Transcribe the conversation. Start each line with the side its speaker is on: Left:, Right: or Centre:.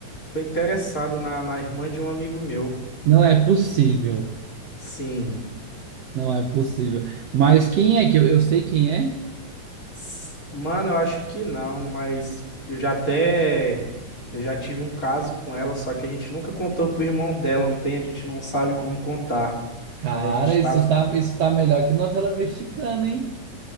Left: tô interessado na, na irmã de um amigo meu.
Right: Não é possível.
Left: Sim.
Right: Não é possível. Mas quem é que eu, eu sei quem é?
Left: S- Mano, eu acho que não, mas eu já até. Eu já tive um caso com ela, só que a gente nunca contou pro irmão dela, não tem, a gente não sabe como contar.
Right: Cara,
Left: Aí a gente
Right: isso
Left: tá.
Right: tá, isso tá melhor que novela mexicana, hein?